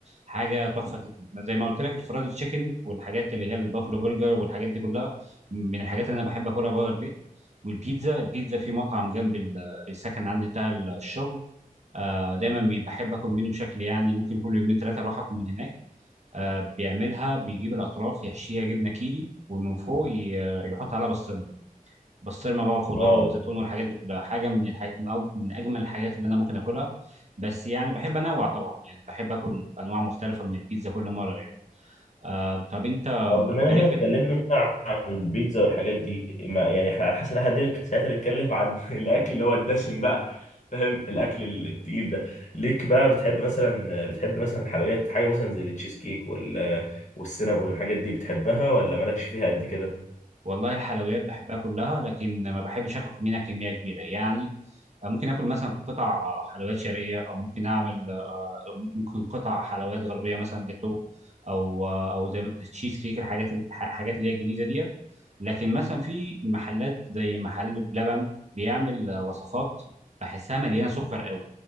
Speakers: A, on the right; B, on the left.
A: حاجة تحفة جدا زي ما قلت لك الفرايد تشيكن والحاجات اللي هي البافلو برجر والحاجات دي كلها من الحاجات اللي أنا بحب أكلها بره البيت والبيتزا البيتزا في مطعم جنب ال- السكن عندي بتاع الشغل آه، دايما بي- بحب اكل منه بشكل يعني ممكن كل يومين ثلاثه اروح اكل من هناك آه، بيعملها بيجيب الاطراف يحشيها جبنه كيري ومن فوق ي- يحط عليها بسطرمه بسطرمه بقى وخضار
B: واو
A: وزيتون والحاجات دي كلها حاجه من الحاج... من أو- من اجمل الحاجات اللي انا ممكن اكلها بس يعني بحب انوع طبعا يعني بحب اكل انواع مختلفه من البيتزا كل مره يعني آه، طب انت أنت
B: طب بما ان احنا
A: ليك
B: اتكلمنا
A: في
B: عن البيتزا والحاجات دي ما يعني احنا حاسس ان احنا قاعدين ساعتها نتكلم عن <laughs> الاكل اللي هو الدسم بقى فاهم الاكل التقيل ده ليك بقى بتحب مثلا بتحب مثلا الحلويات حاجه مثلا زي التشيز كيك وال والسينابون والحاجات دي بتحبها ولا مالكش فيها قد كده
A: والله الحلويات بحبها كلها لكن ما بحبش اكل منها كميه كبيره يعني ممكن اكل مثلا قطع حلويات شرقيه او ممكن اعمل آه، ممكن قطع حلويات غربيه مثلا جاتو او آه، او زي التشيز كيك الحاجات الحاجات اللي هي الجديده ديت لكن مثلا في محلات زي محل بلبن بيعمل آه، وصفات بحسها مليانه سكر قوي